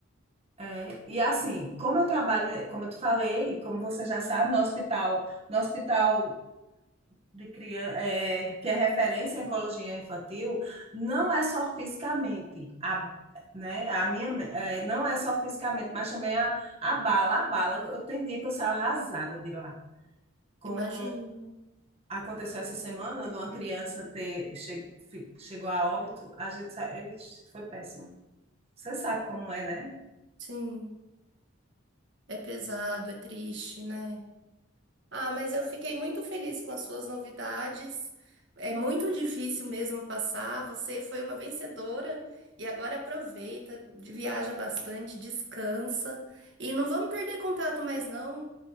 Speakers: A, on the right (about 30°); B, on the right (about 55°).
A: É, e assim, como eu trabalho, né, como eu te falei, e como você já sabe, no hospital, no hospital de criança, que é referência em oncologia infantil, não é só fisicamente, a, né? A minha, é, não é só fisicamente, mas também a, a bala, a bala. Eu tem dia que eu saio arrasada de lá. Como
B: Imagino.
A: aconteceu essa semana, de uma criança ter che, fi- chegou a óbito, a gente sa- Ixi, foi péssimo. Você sabe como é, né?
B: Sim, é pesado, é triste, né? Ah, mas eu fiquei muito feliz com as suas novidades. É muito difícil mesmo passar. Você foi uma vencedora e agora aproveita, viaja bastante, descansa e não vamos perder contato mais não,